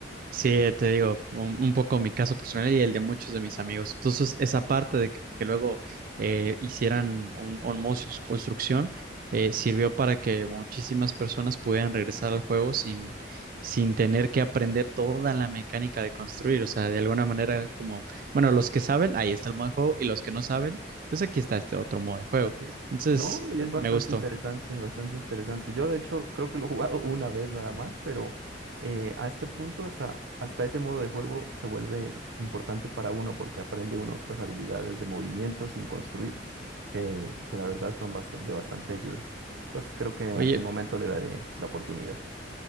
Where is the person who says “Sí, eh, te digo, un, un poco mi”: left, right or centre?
Right